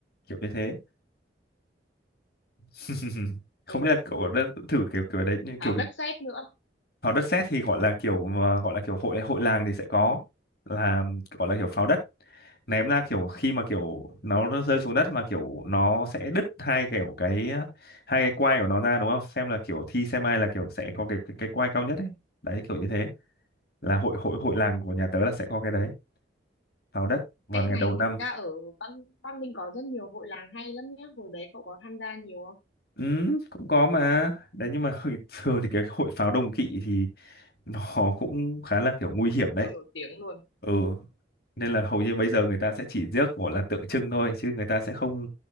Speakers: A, on the left; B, on the left.
A: kiểu như thế <laughs> không
B: ừ
A: biết là kiểu đất, thử kiểu kiểu đấy như
B: pháo
A: kiểu
B: đất sét nữa
A: pháo đất sét thì
B: nhưng
A: gọi là
B: mà
A: kiểu mà gọi là kiểu hội hội làng thì sẽ có là gọi là kiểu pháo đất ném ra kiểu khi mà kiểu nó rơi xuống đất mà kiểu nó sẽ đứt hai kiểu cái hai cái quai của nó ra đúng không xem là kiểu thi xem ai là kiểu sẽ có cái cái, cái quai cao nhất ấy đấy kiểu như thế là hội hội hội làng của nhà tớ là sẽ có cái đấy pháo đất vào
B: ê
A: ngày
B: này
A: đầu năm
B: người ta ở băng băng ninh có rất nhiều hội làng hay lắm nhá hồi đấy cậu có tham gia nhiều không
A: ừ, cũng có mà đấy nhưng mà <laughs> thường thì cái hội pháo đồng kỵ thì nó cũng khá là kiểu nguy hiểm đấy
B: siêu nổi tiếng luôn
A: ừ nên là hầu như bây giờ người ta sẽ chỉ rước gọi là tượng trưng thôi chứ người ta sẽ không